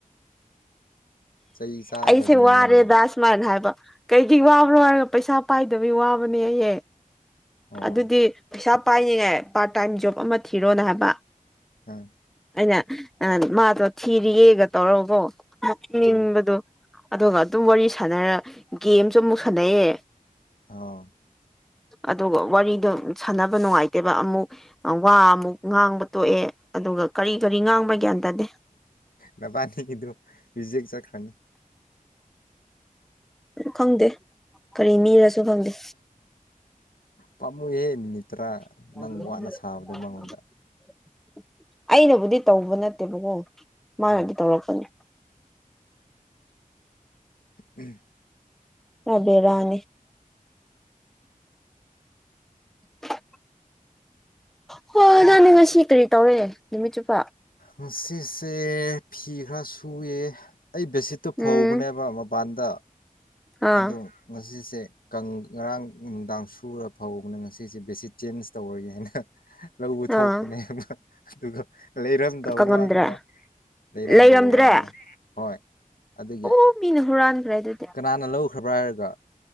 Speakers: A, on the left; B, in the centre.
A: ꯆꯩ ꯆꯥꯗꯕ
B: ꯑꯩꯁꯦ ꯋꯥꯔꯦ
A: ꯃꯤꯅꯤꯅꯦ
B: ꯗꯥꯁꯃꯜ ꯍꯥꯏꯕ ꯀꯩꯒꯤ ꯋꯥꯕ꯭ꯔꯣ ꯍꯥꯏꯔꯒ ꯄꯩꯁꯥ ꯄꯥꯏꯗꯕꯩ ꯋꯥꯕꯅꯦ ꯍꯍꯦ
A: ꯑꯣ
B: ꯑꯗꯨꯗꯤ ꯄꯩꯁꯥ ꯄꯥꯏꯅꯤꯡꯉꯥꯏ ꯄꯥꯔꯠ ꯇꯥꯏꯝ ꯖꯣꯕ ꯑꯃ ꯊꯤꯔꯣꯅ ꯍꯥꯏꯕ
A: ꯎꯝ
B: ꯑꯩꯅ ꯃꯥꯗꯣ ꯊꯤꯔꯤꯌꯦꯒ ꯇꯧꯔꯒꯥ ꯀꯣ ꯅꯣꯛꯅꯤꯡꯕꯗꯣ
A: ꯑꯥ
B: ꯑꯗꯨꯒ ꯑꯗꯨꯝ ꯋꯥꯔꯤ ꯁꯥꯟꯅꯔ ꯒꯦꯝꯁꯨ ꯑꯃꯨꯛ ꯁꯥꯟꯅꯩꯌꯦ
A: ꯑꯣ
B: ꯑꯗꯨꯒ ꯋꯥꯔꯤꯗꯣ ꯁꯥꯟꯅꯕ ꯅꯨꯡꯉꯥꯏꯇꯦꯕ ꯑꯃꯨꯛ ꯋꯥ ꯑꯃꯨꯛ ꯉꯥꯡꯕ ꯇꯣꯛꯑꯦ ꯑꯗꯨꯒ ꯀꯔꯤ ꯀꯔꯤ ꯉꯥꯡꯕ ꯒ꯭ꯌꯥꯟ ꯇꯥꯗꯦ
A: ꯗꯕꯥꯅꯤ ꯏꯗꯨ ꯌꯖꯦꯛ ꯆꯈ꯭ꯔꯅꯤ
B: ꯈꯪꯗꯦ ꯀꯔꯤ ꯃꯤꯔꯁꯨ ꯍꯪꯗ
A: ꯄꯥꯝꯃꯨꯏꯍꯦ ꯃꯤꯅꯤꯠ ꯇꯔꯥ
B: ꯑ
A: ꯅꯪ ꯋꯥꯅ ꯁꯥꯕꯗꯣ ꯃꯉꯣꯟꯗ
B: ꯑꯩꯅꯕꯨꯗꯤ ꯇꯧꯕ ꯅꯠꯇꯦꯕꯀꯣ ꯃꯥꯅꯗꯤ
A: ꯑꯥ
B: ꯇꯧꯔꯛꯄꯅꯤ
A: ꯎꯝ
B: ꯔꯕꯤꯔꯅꯤ <unintelligible> ꯍꯣꯏ ꯑꯗꯨꯖꯅꯤ ꯉꯁꯤ ꯀꯔꯤ ꯇꯧꯔꯦ ꯅꯨꯃꯤꯠ ꯆꯨꯞꯄꯥ
A: ꯉꯁꯤꯁꯦ ꯐꯤ ꯈꯔ ꯁꯨꯑꯦ ꯑꯩ ꯕꯦꯁꯤꯠꯇꯨ
B: ꯎꯝ
A: ꯐꯧꯕꯅꯦꯕ ꯃꯄꯥꯟꯗ
B: ꯑꯥ
A: ꯑꯗꯣ ꯉꯁꯤꯁꯦ ꯉꯔꯥꯡ ꯅꯨꯡꯗꯥꯡ ꯁꯨꯔ ꯐꯧꯕꯅꯦ ꯉꯁꯤ ꯁꯤꯁꯦ ꯕꯦꯁꯤ ꯆꯦꯟꯖ ꯇꯧꯔꯒꯦ ꯍꯥꯏꯅ ꯂꯧꯧꯕ
B: ꯑꯥ
A: ꯊꯣꯛꯄꯅꯦꯅ ꯑꯗꯨꯒ ꯂꯩꯔꯝꯗ
B: ꯀꯪꯉꯝꯗ꯭ꯔꯦ
A: ꯋꯥ ꯋꯥꯗ ꯂꯩꯔꯝꯗꯕ
B: ꯂꯩꯔꯝꯗ꯭ꯔꯦ
A: ꯋꯥꯟꯗ ꯍꯣꯏ ꯑꯗꯨꯒꯤ
B: ꯑꯣ ꯃꯤꯅ ꯍꯨꯔꯥꯟꯈ꯭ꯔꯦ ꯑꯗꯨꯗꯤ
A: ꯀꯅꯥꯅ ꯂꯧꯈ꯭ꯔꯕ꯭ꯔꯥ ꯍꯥꯏꯔꯒ